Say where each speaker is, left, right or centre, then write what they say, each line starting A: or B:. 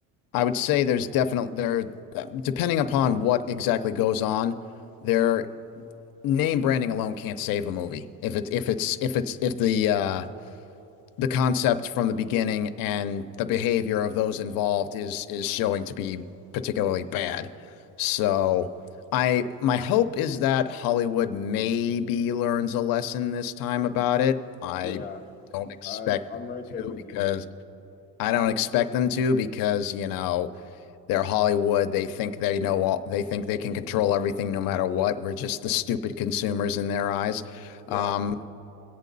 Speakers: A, on the left (about 75°); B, on the left (about 25°).
A: I would say there's definitely there, uh, depending upon what exactly goes on, their name branding alone can't save a movie. If it's if it's if it's if the uh, the concept from the beginning and the behavior of those involved is is showing to be particularly bad. So I my hope is that Hollywood maybe learns a lesson this time about it. I
B: Yeah.
A: don't expect
B: I I'm
A: them
B: right there
A: to
B: with
A: because
B: you.
A: I don't expect them to because, you know they're Hollywood. They think they know all. They think they can control everything, no matter what. We're just the stupid consumers in their eyes.
B: Yeah.
A: Um,